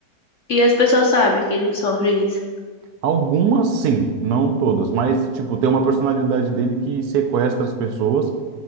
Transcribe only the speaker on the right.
Algumas sim, não todas, mas tipo, tem uma personalidade dele que sequestra as pessoas.